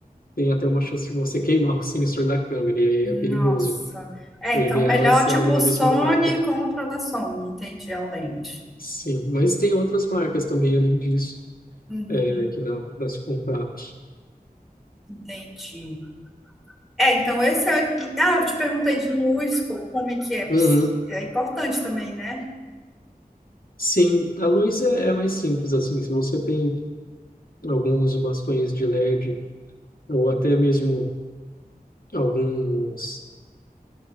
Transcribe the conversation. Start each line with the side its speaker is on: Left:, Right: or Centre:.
Left: tem até uma chance de você <laughs> queimar o sensor da câmera, e aí
Centre: Nossa.
Left: é perigoso.
Centre: É, então
Left: O ideal
Centre: melhor
Left: é ser
Centre: tipo
Left: algo da
Centre: Sony
Left: mesma marca.
Centre: compra da Sony, entendi a lente.
Left: Sim, mas tem outras marcas também além disso,
Centre: Uhum,
Left: é, que dá para se comprar.
Centre: entendi. É, então esse é. Ah, eu te perguntei de luz, co- como é que é? Preci-
Left: Uhum.
Centre: É importante também, né?
Left: Sim, a luz é, é mais simples assim. Se você tem alguns bastões de LED ou até mesmo alguns